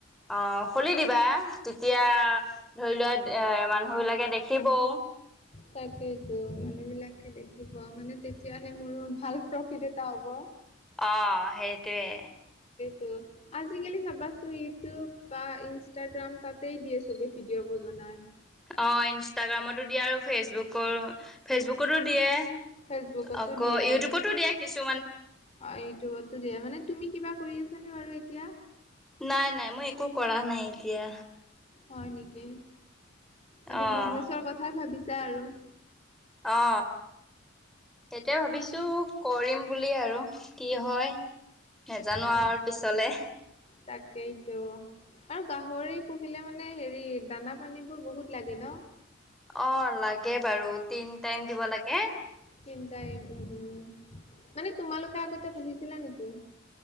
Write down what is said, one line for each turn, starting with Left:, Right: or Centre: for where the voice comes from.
Centre: অ খুলি দিবা তেতিয়া ধৰি লোৱা এ মানুহ বিলাকে দেখিবও।
Left: তাকেইতো মানুহ বিলাকে দেখিব মানে তেতিয়াহে মোৰ ভাল প্ৰফিট এটা হ'ব।
Centre: অ সেইটোৱে।
Left: ত' আজিকালি চাবাচোন ইউটিউব বা ইনষ্টাগ্ৰাম তাতেই দিয়ে চবেই ভিডিঅ'বোৰ বনায়।
Centre: অঁ ইনষ্টাগ্ৰামতো দিয়ে আৰু ফেচবুকৰো ফেচবুকতো দিয়ে।
Left: ফেচবুকতো
Centre: আকৌ
Left: দিয়ে।
Centre: ইউটিউবতো দিয়া কিছু
Left: অ ইউটিউবতো দিয়া মানে তুমি কিবা কৰি আছানে বাৰু এতিয়া।
Centre: নাই নাই মই একো কৰা নাই এতিয়া।
Left: হয় নেকি মানে
Centre: অ',
Left: বিজনেচৰ কথাই ভাবিছা আৰু।
Centre: অ। এতিয়া ভাবিছো কৰিম বুলি আৰু কি হয় নেজানো
Left: তাক
Centre: আৰু পিছলে।
Left: তাকেইতো। আৰু গাহৰি পুহিলে মানে হেৰি দানা পানীবোৰ বহুত লাগে ন।
Centre: অ লাগে বাৰু তিন টাইম দিব লাগে।
Left: তিন টাইম উম উম মানে তোমালোকে আগতে পুহিছিলা নেকি।